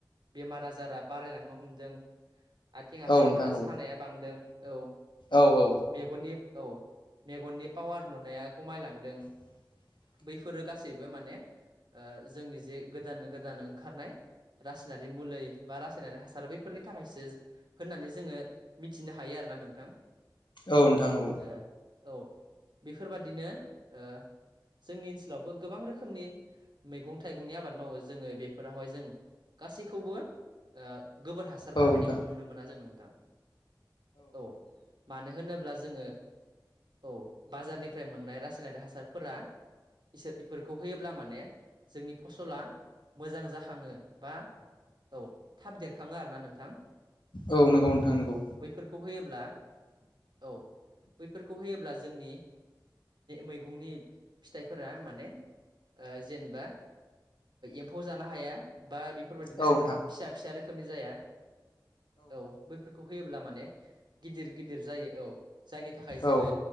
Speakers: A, on the right; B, on the left.
A: बेमार आजारा बारायलांनो हमदों आथिं आखाइफोरा
B: औ नोंथां औ
A: सानाया बांदों औ
B: औ औ
A: मेगननि औ मेगननि पावार नुनाया खमायलांदों।
B: <inaudible>
A: बैफोरो गासैबो माने जोंनि जे गोदान गोदान ओंखारनाय रासायनारि मुलै बा रासायनारि हासार बैफोरनि थाखायसो होननानै जोङो मिथिनो हायो आरो। खोना नोंथां
B: औ नोंथां औ
A: ओ औ बेफोरबादिनो ओ जोंनि ओनसोलावबो गोबां रोखोमनि मैगं थाइगंनि आबाद मावो जोङो बेफोरावहाय जों गासैखौबो ओ गोबोर हासार
B: औ
A: बाहायनायखौ
B: नोंथां औ नोंथां औ नोंथां
A: नुनो मोना जों नोंथां औ मानो होनो ब्ला जोङो औ बाजारनिफ्राय मोननाय रासायनारि हासारफोरा इसोर इफोरखौ होयोब्ला माने जोंनि फसला मोजां जाख खाङो बा औ थाब देरखाङो आरो ना नोंथां
B: औ नंगौ नोंथां नंगौ
A: बैफोरखौ होयोब्ला औ बैफोरखौ होयोब्ला जोंनि मैगंनि फिथाइफोरा माने ओ जेनेबा एम्फौ जानो हाया बा बेफोरबायदिनो
B: औ नोंथां
A: फिसा फिसा रोखोमनि जाया औ बैफोरखौ हो ब्ला माने गिदिर गिदिर जायो औ जायनि थाखाय जोङो
B: औ